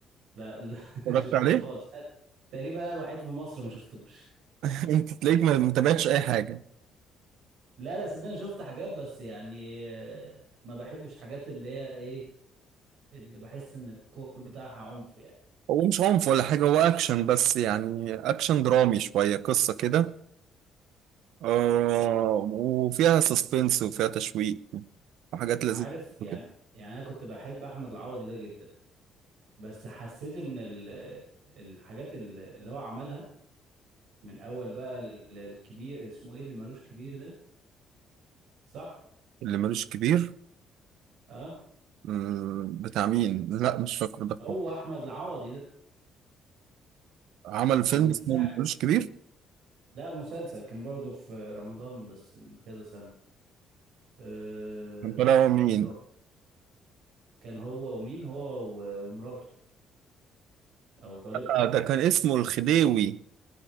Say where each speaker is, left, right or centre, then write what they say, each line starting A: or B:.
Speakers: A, on the right (about 65°); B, on the right (about 80°).
A: لا لا <laughs> ما
B: اتفرجت
A: شفتوش
B: عليه
A: خالص أه، تقريبا انا الوحيد في مصر ما شفتوش
B: <laughs> انت تلاقيك ما ما متابعتش اي حاجة
A: لا لا صدقني شفت حاجات بس يعني آه، ما بحبش حاجات اللي هي ايه اللي بحس ان الكور بتاعها عنف يعني
B: هو مش عنف ولا حاجة هو اكشن بس يعني اكشن درامي شوية قصة كده آه وفيها سسبنس وفيها تشويق وحاجات لذيذة
A: عارف يعني
B: كده
A: يعني انا كنت بحب احمد العوضي ده جدا بس حسيت ان ال- الحاجات ال- اللي هو عملها من اول بقى ال- الكبير اسمه ايه اللي ملوش كبير ده صح
B: اللي ملوش كبير
A: اه
B: مم، بتاع مين لا مش فاكر ده
A: هو
B: خالص
A: احمد العوضي ده
B: عمل فيلم
A: من
B: اسمه
A: ساعه
B: ملوش كبير
A: لا مسلسل كان برضه في رمضان بس من كذا سنه آه
B: كان طالع هو مين
A: هو- كان هو ومين هو و- ومراته او طليقته
B: آه
A: يعني
B: ده كان اسمه الخديوي